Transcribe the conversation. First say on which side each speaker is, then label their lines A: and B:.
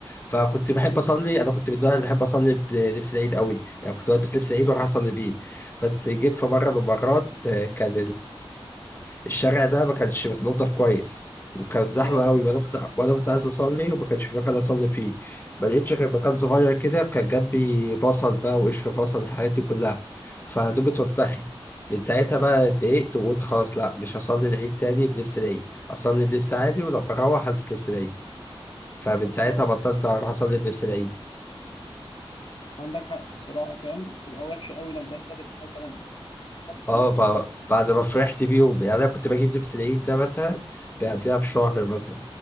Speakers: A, on the left; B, on the left.
A: فكنت بحب أصلي أنا كنت من النوع اللي بحب أصلي بلبس العيد قوي يعني كنت بلبس لبس العيد وأروح أصلي بيه بس جيت في مرة من المرات آه، كان الشارع ده ما كانش متنضف كويس وكانت زحمه
B: اه
A: قوي وانا كنت وانا كنت عايز اصلي وما كانش في مكان اصلي فيه ما لقيتش غير مكان صغير كده كان جنبي بصل بقى وقشر بصل الحاجات دي كلها فهدومي اتوسخت من ساعتها بقى اتضايقت وقلت خلاص لا مش هصلي العيد تاني بلبس العيد اصلي بلبس عادي ولما اروح هلبس لبس العيد فمن ساعتها
B: اه
A: بطلت اروح اصلي بلبس العيد
B: عندك حق الصراحة فاهم تبقى وحشة قوي لما انت تبقى مثلا حط
A: اه
B: ان انت
A: ب-
B: مثلا
A: بعد ما فرحت بيهم يعني انا كنت بجيب لبس العيد ده مثلا قبلها بشهر مثلا